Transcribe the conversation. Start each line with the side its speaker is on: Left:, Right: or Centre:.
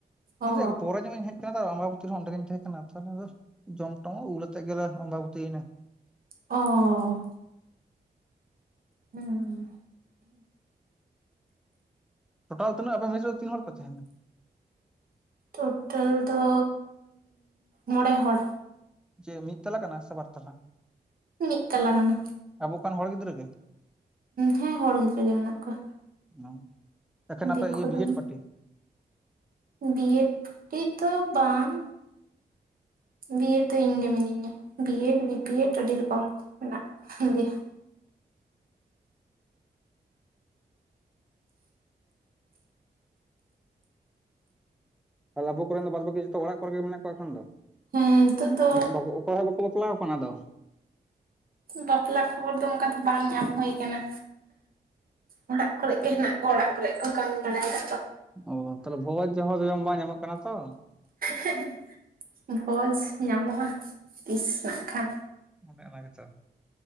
Right: ᱚ
Centre: ᱤᱧ ᱫᱚᱯᱚᱨᱮ ᱧᱚᱜ ᱤᱧ ᱦᱮᱡ ᱟᱢᱵᱟᱵᱚᱛᱤ ᱦᱚᱸ ᱚᱰᱮ ᱜᱤᱧ ᱛᱟᱦᱮᱸ ᱠᱟᱱᱟ ᱛᱟᱦᱚᱞᱮ ᱫᱚ ᱡᱚᱢ ᱴᱚᱢ ᱦᱚ ᱩᱞ ᱟᱛᱮᱜ ᱜᱮᱞᱮ ᱟᱢᱵᱟᱵᱛᱤᱭᱱᱟ
Right: ᱚᱻ ᱦᱩᱸ
Centre: ᱴᱳᱴᱟᱞ ᱛᱤᱱᱟᱹᱜ ᱟᱯᱮ ᱢᱮᱥ ᱨᱮᱫᱚ ᱛᱤᱱ ᱦᱚᱲ ᱯᱮ ᱛᱟᱦᱮᱱᱟ
Right: ᱴᱳᱴᱟᱞ ᱫᱚ ᱢᱚᱬᱮ ᱦᱚᱲ
Centre: ᱪᱮᱫ ᱢᱤᱫ ᱛᱟᱞᱟ ᱠᱟᱱᱟ ᱥᱮ ᱵᱟᱨ ᱛᱟᱞᱟ
Right: ᱢᱤᱫ ᱛᱟᱞᱟ ᱠᱟᱱᱟ
Centre: ᱟᱵᱚ ᱮᱠᱮᱱ ᱦᱚᱲ ᱜᱤᱫᱽᱨᱟᱹ ᱜᱮ
Right: ᱦᱮᱸ ᱦᱚᱲ ᱜᱤᱫᱽᱨᱟᱹ ᱜᱮ ᱢᱮᱱᱟᱜ ᱠᱚᱣᱟ᱾
Centre: ᱚ ᱮᱠᱮᱱ ᱟᱯᱮ
Right: ᱫᱤᱠᱩ
Centre: ᱤᱭᱟᱹ ᱵᱤᱭᱮᱰ
Right: ᱫᱚ
Centre: ᱯᱟᱴᱤ
Right: ᱵᱤᱭᱮᱰ ᱯᱟᱴᱤ ᱛᱚ ᱵᱟᱝ ᱵᱤᱭᱮᱰ ᱫᱚ ᱤᱧᱜᱮ ᱢᱤᱱᱟᱹᱧᱟ ᱵᱤᱭᱮᱰ ᱵᱤᱯᱤᱭᱮᱰ ᱟᱹᱰᱤ ᱨᱚᱠᱚᱢ ᱠᱚ ᱢᱮᱱᱟᱜ ᱠᱚ ᱜᱮᱭᱟ᱾
Centre: ᱛᱟᱞᱮ ᱟᱵᱚ ᱠᱚᱨᱮᱱ ᱫᱚ ᱵᱟᱛ ᱵᱟᱹᱠᱤ ᱡᱚᱛᱚ ᱚᱲᱟᱜ ᱠᱚᱨᱮ ᱜᱮ ᱢᱮᱱᱟᱜ ᱠᱚᱣᱟ ᱮᱠᱷᱟᱱ ᱫᱚ
Right: ᱦᱮᱸ ᱱᱤᱛᱚᱜ ᱫᱚ
Centre: ᱵᱟ ᱚᱠᱚᱭ ᱦᱚ ᱵᱟ ᱠᱚ ᱵᱟᱯᱞᱟᱣ ᱠᱟᱱᱟ ᱟᱫᱚ
Right: ᱵᱟᱯᱞᱟ ᱠᱷᱚᱵᱚᱨ ᱫᱚ ᱚᱝᱠᱟ ᱫᱚ ᱵᱟᱝ ᱧᱟᱢ ᱦᱩᱭ ᱠᱟᱱᱟ ᱚᱲᱟᱜ ᱠᱚᱨᱮ ᱜᱮ ᱦᱮᱱᱟᱜ ᱟᱠᱚ ᱚᱲᱟᱜ ᱠᱚᱨᱮᱜ ᱠᱚ ᱠᱟᱹᱢᱤ ᱵᱟᱲᱟᱭ ᱫᱟᱠᱚ
Centre: ᱚ ᱛᱟᱦᱞᱮ ᱵᱷᱚᱡ ᱡᱟᱦᱟᱨᱮ ᱡᱚᱢ ᱵᱟᱝ ᱧᱟᱢᱚᱜ ᱠᱟᱱᱟ ᱛᱚ
Right: ᱦᱮᱦᱮ ᱵᱷᱚᱡᱽ ᱧᱟᱢᱚᱜᱼᱟ ᱛᱤᱥ ᱱᱟᱜ ᱠᱷᱟᱱ᱾
Centre: ᱚᱱᱮ ᱚᱱᱟ ᱜᱮᱛᱚ,